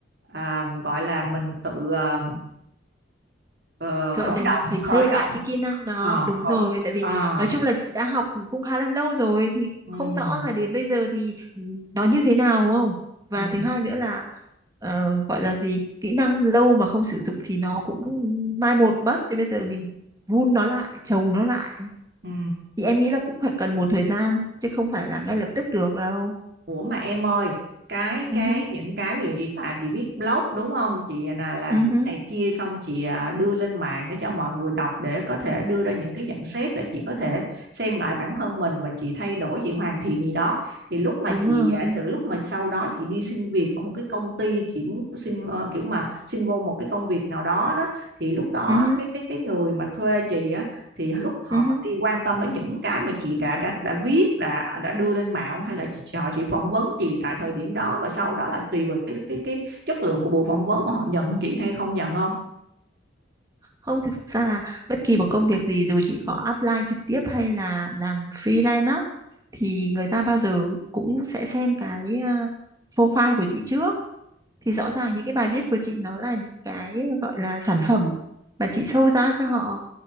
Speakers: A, on the right (about 55°); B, on the right (about 20°).
A: à, gọi là mình tự ờ, ờ,
B: gọi
A: khởi
B: là
A: động
B: mình phải
A: khởi
B: xây lại
A: động
B: cái kỹ năng đó
A: Ờ,
B: đúng
A: khởi,
B: rồi tại vì
A: à,
B: nói chung là chị đã học cũng khá là lâu rồi thì
A: Ừ,
B: không rõ là đến bây giờ thì ừ, nó như thế nào đúng không và
A: ừ,
B: thứ hai nữa là ờ, gọi là gì kỹ năng lâu mà không sử dụng thì nó cũng mai một mất thì bây giờ mình vun nó lại trồng nó lại
A: ừ.
B: thì em nghĩ là cũng phải cần một thời gian chứ không phải là ngay lập tức được đâu
A: Ủa mà em ơi, cái
B: Ừ
A: cái
B: hứ,
A: những cái ví dụ như tại chị viết blog đúng không? Chị là làm
B: ừ
A: viết
B: hứ,
A: này kia xong chị à, đưa lên mạng để cho mọi người đọc để có thể đưa ra những cái nhận xét để chị có thể xem lại bản thân mình và chị thay đổi, chị hoàn thiện gì đó. Thì lúc mà
B: đúng
A: chị
B: rồi
A: giả sử lúc mà sau đó chị đi xin việc ở một cái công ty, chị muốn xin ờ, kiểu mà xin vô một cái công việc nào đó đó thì lúc đó
B: Ừ hứ,
A: cái cái cái người mà thuê chị á thì lúc họ
B: ừ hứ.
A: có đi quan tâm đến những cái mà chị đã đã đã viết đã đã đưa lên mạng không? hay là chị họ chỉ phỏng vấn chị tại thời điểm đó và sau đó là tùy vào cái cái cái chất lượng của buổi phỏng vấn mà họ nhận chị hay không nhận không
B: Không, thực ra là bất kỳ một công việc gì dù chị có apply trực tiếp hay là làm freelance á thì người ta bao giờ cũng sẽ xem cái ờ, profile của chị trước. Thì rõ ràng những cái bài viết của chị nó là những cái ờ, gọi là sản phẩm mà chị show ra cho họ